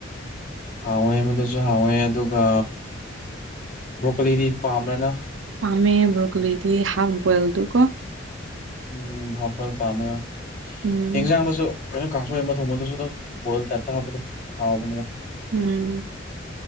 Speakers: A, on the left; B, on the right.
A: ꯍꯥꯎꯋꯦ ꯃꯗꯨꯁꯨ ꯍꯥꯎꯋꯦ ꯑꯗꯨꯒ ꯕ꯭ꯔꯣꯀꯣꯂꯤ ꯗꯤ ꯄꯥꯝꯕ꯭ꯔ ꯅ
B: ꯄꯥꯝꯃꯦ ꯕ꯭ꯔꯣꯀꯣꯂꯤꯗꯤ ꯍꯥꯐ ꯕꯣꯏꯜ ꯇꯨꯀꯣ
A: ꯎꯝ ꯍꯥꯞ ꯄꯥꯝꯃꯦ ꯍꯣꯏ
B: ꯎꯝ
A: ꯌꯦꯟꯖꯥꯡꯗꯁꯨ ꯑꯩꯈꯣꯏꯅ ꯀꯥꯡꯁꯣꯏ ꯑꯃ ꯊꯣꯡꯕꯗꯨꯁꯨ ꯑꯗꯨꯝ ꯕꯣꯏꯜ ꯇꯥꯏꯞꯇ ꯍꯥꯞꯄꯗ ꯍꯥꯎꯕꯅꯤꯗ
B: ꯎꯝ